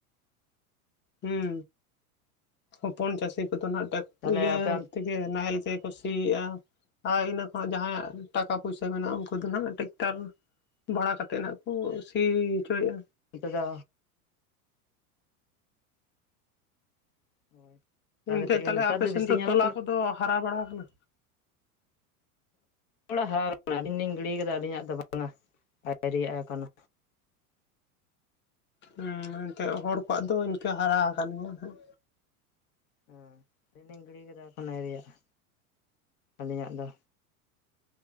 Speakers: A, on the left; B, on the left.
A: ᱦᱩᱸ ᱦᱚᱯᱚᱱ ᱪᱟᱹᱥᱤ ᱠᱚᱫᱚ ᱱᱟᱦᱟᱜ ᱴᱟᱠ
B: ᱛᱟᱦᱚᱞᱮ
A: ᱤᱭᱟᱹᱻ
B: ᱟᱯᱮ
A: ᱤᱭᱟᱹ ᱱᱟᱦᱮᱞ ᱛᱮᱜᱮ ᱠᱚ ᱥᱤᱭᱮᱜᱼᱟ᱾ ᱟᱨ ᱤᱱᱟᱹ ᱠᱷᱚᱱᱟᱜ ᱡᱟᱦᱟᱸᱭᱟᱜ ᱴᱟᱠᱟ ᱯᱩᱭᱥᱟ ᱢᱮᱱᱟᱜᱼᱟ, ᱩᱱᱠᱩ ᱫᱚ ᱱᱟᱦᱟᱜ ᱴᱮᱠᱴᱟᱨ ᱵᱷᱟᱲᱟ ᱠᱟᱛᱮᱫ ᱱᱟᱦᱟᱜ ᱠᱚ ᱥᱤ ᱦᱚᱪᱚᱭᱮᱫᱼᱟ᱾
B: ᱦᱤᱸᱛᱳᱜ ᱫᱚ <inaudible>
A: ᱚᱱᱛᱮ
B: ᱠᱟᱛᱮᱫ ᱜᱮ
A: ᱛᱟᱦᱚᱞᱮ
B: ᱱᱮᱛᱟᱨ
A: ᱟᱯᱮ ᱥᱮᱱ
B: ᱵᱮᱥᱤ
A: ᱫᱚ
B: ᱧᱮᱞᱚᱜ
A: ᱛᱚᱞᱟ
B: ᱠᱟᱱᱟ
A: ᱠᱚᱫᱚ ᱦᱟᱨᱟ ᱵᱟᱲᱟᱣ ᱠᱟᱱᱟ?
B: ᱦᱚᱲᱟᱜ ᱦᱟᱨᱟᱣ ᱠᱟᱱᱟ, ᱟᱹᱞᱤᱧ ᱞᱤᱧ ᱜᱤᱲᱤᱭ ᱠᱟᱫᱟ ᱟᱹᱞᱤᱧᱟᱜ ᱫᱚ ᱵᱟᱝᱟ᱾ ᱟᱹᱣᱨᱤᱭᱟᱜ-ᱟ ᱮᱠᱷᱳᱱᱳ᱾
A: ᱦᱩᱸ ᱮᱱᱛᱮᱫ ᱦᱚᱲ ᱠᱚᱣᱟᱜ ᱫᱚ ᱤᱱᱠᱟᱹ ᱦᱟᱨᱟ ᱟᱠᱟᱱ ᱜᱮᱭᱟ ᱦᱟᱸᱜ᱾
B: ᱦᱮᱸ ᱟᱹᱞᱤᱧ ᱞᱤᱧ ᱜᱤᱲᱤᱭ ᱠᱟᱫᱟ ᱮᱠᱷᱚᱱᱳ ᱟᱣᱨᱤᱭᱟᱜ-ᱟ, ᱟᱹᱞᱤᱧᱟᱜ ᱫᱚ᱾